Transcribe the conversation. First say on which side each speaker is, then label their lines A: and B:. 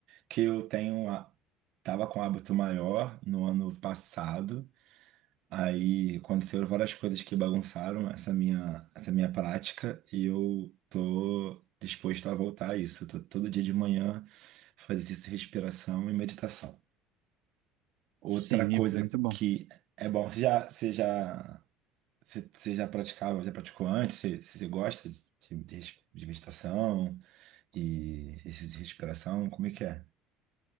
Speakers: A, on the right; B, on the right.
A: Que eu tenho. A... Tava com um hábito maior no ano passado. Aí aconteceram várias coisas que bagunçaram essa minha, essa minha prática. E eu tô disposto a voltar a isso. Tô todo dia de manhã fazer isso, respiração e meditação. Outra
B: Sim,
A: coisa
B: muito bom.
A: que é bom, você já, você já, você, você já praticava, já praticou antes? Você, você gosta de, de, res- de meditação e esse de respiração? Como é que é?